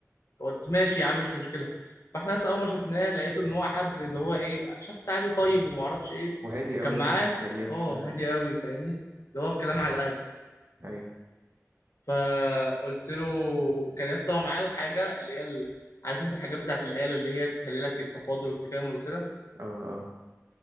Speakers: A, on the left (about 75°); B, on the right (about 70°).
A: فقلت ماشي يا عم مش مشكله فاحنا اصلا اول ما شفناه لقيته ان هو حد اللي هو ايه شخص عادي طيب وما اعرفش ايه
B: وهادي قوي
A: كان
B: يا
A: معاه
B: اسطى ما يتكلمش
A: اه
B: فاهم يعني
A: هادي قوي فاهمني اللي هو الكلام على القد
B: ايوه
A: فقلت له كان يا اسطى هو معاه الحاجه اللي هي ال- عارف انت الحاجات بتاعت الاله اللي هي تحلل لك التفاضل والتكامل وكده
B: اه اه